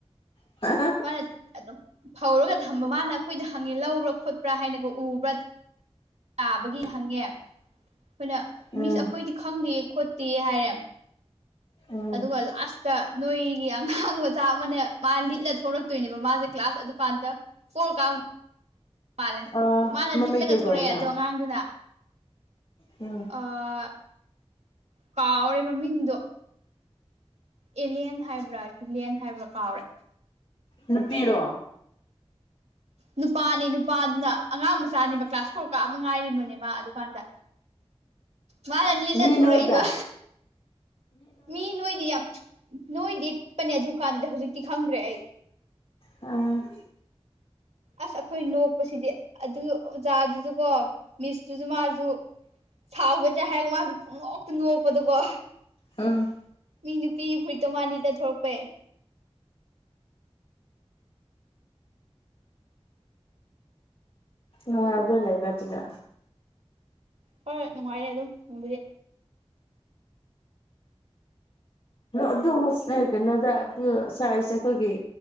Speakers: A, on the left; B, on the right.
A: <unintelligible>
B: ꯃꯥꯅ ꯑꯗꯨꯝ ꯐꯧꯔꯒ ꯊꯝꯕ ꯃꯥꯅ ꯑꯈꯣꯏꯗ ꯍꯪꯉꯦ ꯂꯧꯕ꯭ꯔꯥ ꯈꯣꯠꯄ꯭ꯔꯥ ꯍꯥꯏꯅꯒꯣ ꯎꯕ꯭ꯔꯥ ꯇꯥꯕꯒꯤ ꯍꯪꯉꯦ ꯑꯈꯣꯏꯅ
A: ꯎꯝ
B: ꯃꯤꯁ ꯑꯈꯣꯏꯗꯤ ꯈꯪꯗꯤꯌꯦ ꯈꯣꯠꯇꯤꯌꯦ ꯍꯥꯏꯌꯦ
A: ꯎꯝ
B: ꯑꯗꯨꯒ ꯂꯥꯁꯇ ꯅꯣꯏꯒꯤ ꯑꯉꯥꯡ ꯃꯆꯥ ꯑꯃꯅ ꯃꯥ ꯂꯤꯠꯂ ꯊꯣꯛꯂꯛꯇꯣꯏꯅꯦꯕ ꯃꯥꯁꯦ ꯀ꯭ꯂꯥꯁ ꯑꯗꯨꯀꯥꯟꯗ ꯐꯣꯔ ꯀꯥꯞꯕ ꯃꯥꯜꯂꯦ
A: ꯑ
B: ꯃꯥꯅ
A: ꯃꯃꯤꯡ
B: ꯂꯤꯠꯂꯒ
A: ꯀꯩ ꯀꯧꯕ
B: ꯊꯣꯔꯛꯑꯦ
A: ꯅꯪ
B: ꯑꯗꯣ ꯑꯉꯥꯡꯗꯨꯅ
A: ꯎꯝ
B: ꯑꯥ ꯀꯥꯎꯔꯦ ꯃꯃꯤꯡꯗꯨ ꯑꯦꯂꯦꯟ ꯍꯥꯏꯕ꯭ꯔꯥ <unintelligible> ꯍꯥꯏꯕ꯭ꯔꯥ ꯀꯥꯎꯔꯦ
A: ꯅꯨꯄꯤꯔꯣ
B: ꯅꯨꯄꯥꯅꯤ ꯅꯨꯄꯥꯗꯨꯅ ꯑꯉꯥꯡ ꯃꯆꯥꯅꯦꯕ ꯀ꯭ꯂꯥꯁ ꯐꯣꯔ ꯀꯥꯕ ꯉꯥꯏꯔꯤꯕꯅꯦꯕ ꯃꯥ ꯑꯗꯨꯀꯥꯟꯗ ꯃꯥꯅ ꯂꯤꯠꯂ
A: ꯃꯤ
B: ꯊꯨꯔꯛꯏꯕ
A: ꯅꯣꯏꯕ꯭ꯔꯥ
B: ꯃꯤ ꯅꯣꯏꯗꯤ ꯌꯥꯝ ꯅꯣꯏꯗꯦ ꯄꯤꯛꯄꯅꯦ ꯑꯗꯨꯀꯥꯟꯗꯗꯤ ꯍꯧꯖꯤꯛꯇꯤ ꯈꯪꯗ꯭ꯔꯦ ꯑꯩ
A: ꯎꯝ
B: ꯑꯁ ꯑꯩꯈꯣꯏ ꯅꯣꯛꯄꯁꯤꯗꯤ ꯑꯗꯨꯒꯤ ꯑꯣꯖꯥꯗꯨꯁꯨ ꯀꯣ ꯃꯤꯁꯇꯨꯁꯨ ꯃꯥꯁꯨ ꯁꯥꯎꯒꯗ꯭ꯔ ꯍꯥꯏꯔꯒ ꯃꯥꯁꯨ ꯄꯨꯡꯅꯣꯛꯇ ꯅꯣꯛꯄꯗꯨꯀꯣ
A: ꯎꯝ
B: ꯃꯤ ꯅꯨꯄꯤ ꯐꯨꯔꯤꯠꯇꯣ ꯃꯥ ꯂꯤꯠꯂ ꯊꯣꯔꯛꯄꯩ
A: ꯅꯨꯡꯉꯥꯏꯕ꯭ꯔꯥ ꯂꯩꯕ ꯑꯗꯨꯗ
B: ꯍꯣꯏ ꯅꯨꯡꯉꯥꯏꯌꯦ ꯑꯗꯨꯝ ꯅꯨꯡꯕꯨꯗꯤ
A: ꯑꯗꯨ ꯍꯣꯁꯇꯦꯜ ꯀꯩꯅꯣꯗ ꯑꯗꯨ ꯁ꯭ꯋꯥꯏꯁꯦ ꯑꯩꯈꯣꯏꯒꯤ